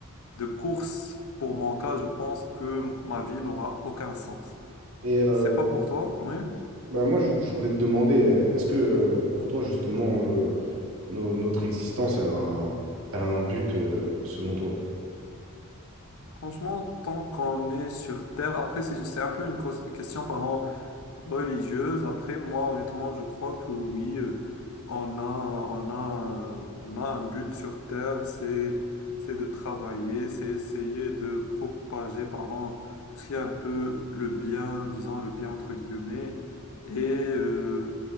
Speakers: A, on the left (about 80°); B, on the right (about 70°).
A: de course. Pour mon cas, je pense que ma vie n'aura aucun sens.
B: et, euh,
A: C'est pas pour toi, oui.
B: bah, moi, je, je voulais te demander, euh, est-ce que euh, pour toi, justement, euh, no- notre existence, elle a un, elle a un but, euh, selon toi?
A: Franchement, tant qu'on est sur Terre, après, c'est c'est un peu une cause- question, pardon, religieuse. Après, moi, honnêtement, je crois que oui, euh, on a, on a, euh, on a un but sur Terre, c'est, c'est de travailler, c'est essayer de propager, pardon, tout ce qui est un peu le bien, disons le bien entre guillemets, et, euh,